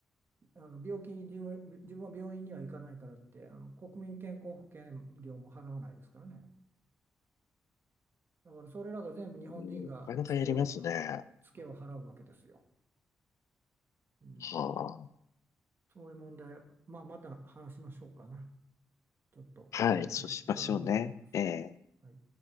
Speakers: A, on the right (about 45°); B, on the left (about 75°).
A: あの病気に自分、自分は病院には行かないからって、あの国民健康保険料も払わないですからね。だからそれらが全部日本人がツケをは、
B: うんなかなかやりますね。
A: ツケを払うわけですよ。うん、
B: は
A: そういう問題、まあ、また話しましょうかな。ちょっと、
B: あ、はい、そうしましょうね。
A: はい、長くなります。
B: ええ
A: はい